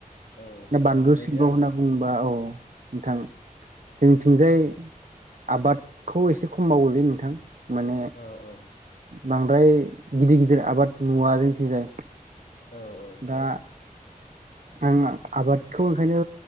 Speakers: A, on the left; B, on the right.
A: औ
B: बानलु
A: दा माने
B: सिब्र
A: बे औ
B: होनना बुंङोब्ला औ नोंथां जोंथिंजाय आबादखौ एसे खम मावोलै नोंथां माने
A: औ- औ
B: बांद्राय गिदिर - गिदिर आबाद नुवा जोंथिंजाय
A: औ - औ
B: दा आं आबादखौ ओंखायनो